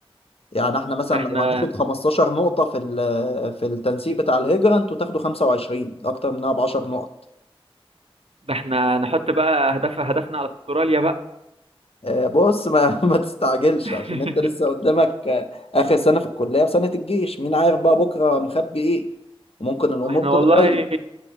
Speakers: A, on the left; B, on the right.
A: يعني احنا مثلا
B: ده احنا
A: لو هناخد 15 نقطه في ال- في التنسيق بتاع الهجره انتوا تاخدوا 25 اكتر منها ب 10 نقط
B: ده احنا نحط بقى اهداف هدفنا على استراليا بقى
A: آه، بص ما <laughs> ما تستعجلش
B: <laughs>
A: عشان انت لسه قدامك آه، اخر سنه في الكليه وسنه الجيش مين عارف بقى بكره مخبي ايه وممكن الامور
B: ما احنا
A: تتغير
B: والله